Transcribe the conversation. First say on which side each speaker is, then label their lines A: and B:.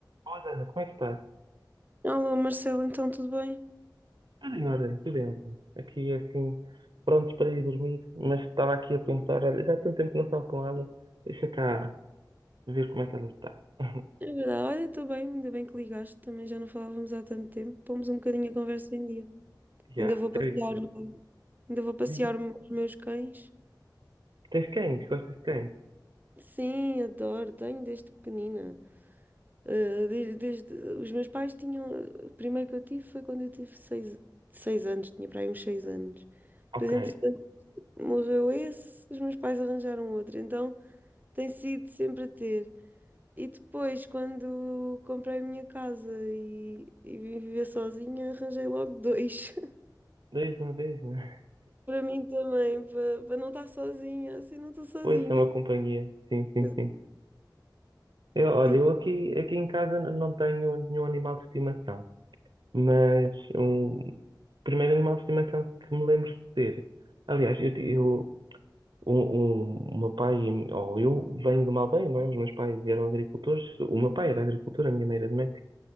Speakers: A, on the right; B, on the right.
A: Olá, Ana, como é que estás?
B: Olá Marcelo, então tudo bem?
A: Tudo em ordem, tudo em ordem. Aqui, assim, prontos para ir dormir, mas estava aqui a pensar, olha, já há tanto tempo que não falo com ela, deixa cá ver como é que ela está. <laughs>
B: É verdade, olha, estou bem, ainda bem que ligaste, também já não falávamos há tanto tempo, pomos um bocadinho a conversa em dia.
A: Já,
B: Ainda vou passear,
A: é isso.
B: o- ainda vou passear
A: Diz isso.
B: os meus cães.
A: Tens cães? Gostas de cães?
B: Sim, adoro, tenho desde pequenina. Ah, de- desde, os meus pais tinham, o primeiro que eu tive foi quando eu tive seis, seis anos, tinha para aí uns seis anos.
A: Ok,
B: Depois, entretanto, morreu esse, os meus pais arranjaram outro, então tem sido sempre a ter. E depois, quando comprei a minha casa e, e vim viver sozinha, arranjei logo dois. <laughs>
A: dois de uma vez, né?
B: Para mim também, para, para não estar sozinha, assim não estou sozinha.
A: Pois, são uma companhia. Sim, sim,
B: Mas,
A: sim. Eu, olha,
B: Sim.
A: eu aqui, aqui em casa n- não tenho nenhum animal de estimação, mas um primeiro animal de estimação que me lembro de ter. Aliás, eu, ti- eu O, o, o meu pai, e a mi- ou eu, venho de uma aldeia, não é? Os meus pais eram agricultores. O meu pai era agricultor, a minha mãe era doméstica.